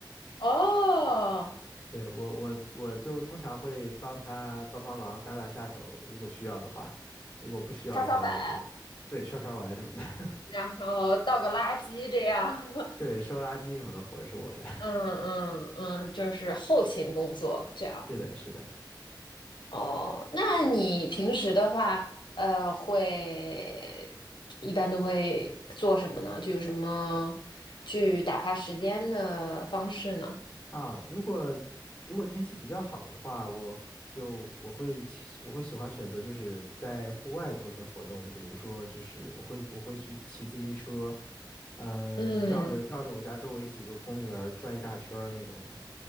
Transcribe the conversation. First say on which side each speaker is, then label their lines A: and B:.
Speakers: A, on the left; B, on the left.
A: 哦，
B: <laughs> 对，我我我就通常会帮她帮帮忙打打下手，如果需要的话，如果不需要的话，
A: 刷刷碗，
B: 我就对刷刷碗什么的，<laughs>
A: 然后倒个垃圾这样，<laughs>
B: 对收垃圾什么的活儿是我的，
A: 嗯嗯嗯，就是后勤工作这样。
B: <laughs> 是的，是的。
A: 哦，那你平时的话，呃，会一般都会做什么呢？就有什么去打发时间的方式呢？
B: 啊，如果如果天气比较好的话，我就我会喜我会喜欢选择就是在户外做些活动，比如说就是我会我会去骑自行车，嗯、
A: 嗯
B: 绕着绕着我家周围几个公园儿转一大圈儿那种的，